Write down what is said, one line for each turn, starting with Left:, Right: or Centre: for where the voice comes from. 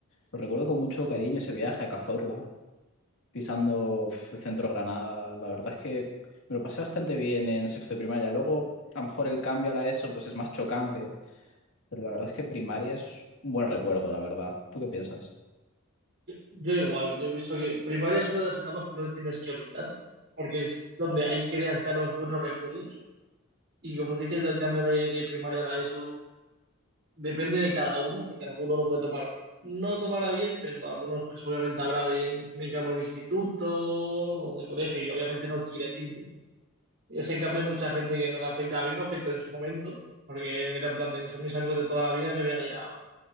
Left: Lo recuerdo con mucho cariño ese viaje a Cazorla pisando el centro Granada. La verdad es que me lo pasé bastante bien en sexto de primaria. Luego, a lo mejor el cambio a la ESO pues es más chocante, pero la verdad es que primaria es un buen recuerdo, la verdad. ¿Tú qué piensas?
Right: Yo igual, yo pienso que primaria es una de las etapas que no te tienes que olvidar, porque es donde ahí creas ya los buenos recuerdos. Y como dices, del cambio de, de primaria a la ESO depende de cada uno, porque alguno lo puede tomar, no tomará bien, pero algunos pues obviamente habrá de, me cambio de instituto o de colegio y obviamente no quieres irte. Ese en cambio hay mucha gente que no le afecta a mí me afectó en su momento, porque era en plan de, son mis amigos de toda la vida y me voy a ir a,